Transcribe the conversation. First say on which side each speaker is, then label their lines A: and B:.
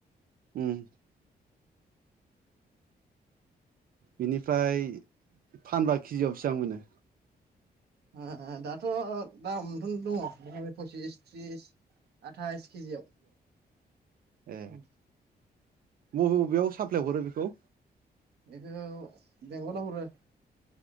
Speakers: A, on the right; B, on the right.
A: उम बिनिफ्राय फानबा केजियाव सिबां मोनो
B: आ आ दाथ' दामाथ' दङ' फसिस त्रिस आ थाइस केजियाव
A: ए
B: ओम
A: बबे बबेयाव साप्लाय हरो बेखौ
B: बेखौ बेंगलाव हरो